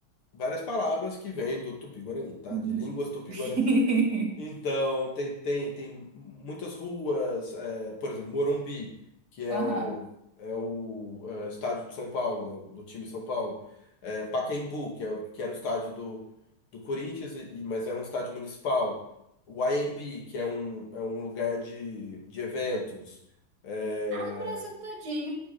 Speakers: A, on the left (about 85°); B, on the right (about 50°).
A: várias palavras que vêm do Tupi-Guarani, tá?
B: Uhum.
A: De línguas Tupi-Guarani.
B: <laughs>
A: Então, tem, tem, tem muitas ruas, é, por exemplo, Morumbi, que é
B: Aham.
A: o, é o é, estádio do São Paulo, né, do time São Paulo. É, Pacaembu, que, é, o- que era o estádio do, do Corinthians, e, e- mas é um estádio municipal. O IMB, que é um, é um lugar de, de eventos. É,
B: Ah, no Brasil todinho.